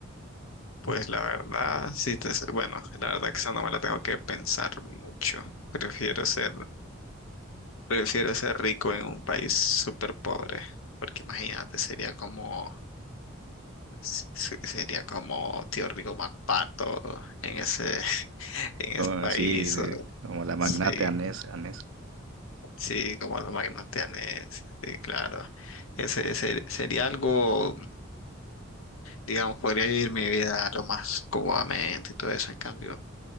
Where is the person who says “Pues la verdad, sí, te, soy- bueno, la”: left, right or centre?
Left